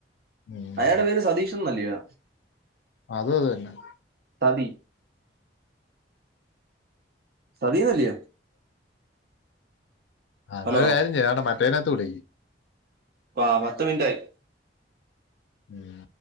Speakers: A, on the left; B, on the right.
A: ഉം.
B: അയാള്ടെ പേര് സതീഷ് ത്തും മല്ലിയാ
A: അത് അതന്നെ
B: തതി സതീവല്ലിയൊ
A: ആ എന്നൊരു
B: ഹലോ.
A: കാര്യം ചെയ്യ് മറ്റേനകത്ത് വിളിക്ക്‌
B: ആ പത്ത് മിനിറ്റ് ആയി
A: ഉം